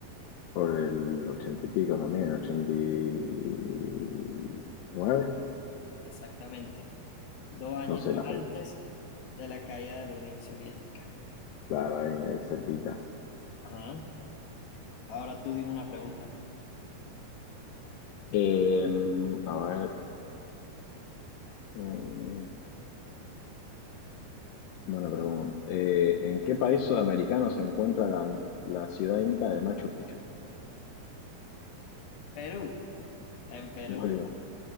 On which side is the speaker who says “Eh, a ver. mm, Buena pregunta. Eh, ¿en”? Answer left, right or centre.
Left